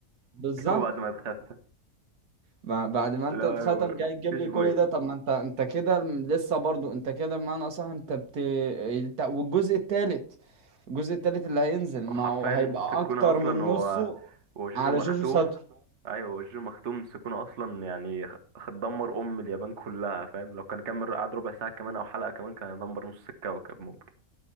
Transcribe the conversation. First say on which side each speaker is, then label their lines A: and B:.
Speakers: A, on the right; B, on the right.
A: بالظبط
B: جابه بعد ما اتختم
A: ما- بعد ما انت
B: لا
A: اتختم جاي تجيب
B: مفيش
A: لي
B: بوي
A: كل ده طب ما انت انت كده لسه برضو انت كده بمعنى اصح انت بت انت والجزء التالت الجزء التالت اللي هينزل
B: وحرفيا
A: ما هو هيبقى
B: السكونة
A: اكتر
B: أصلا
A: من
B: هو
A: نصه
B: هو جوجو
A: على
B: مختوم
A: جوجو ساتر
B: أيوة هو جوجو مختوم السكونة أصلا يعني خ- دمر أم اليابان كلها فاهم لو كان كمل قعد ربع ساعة كمان أو حلقة كمان كان يدمر نص الكوكب ممكن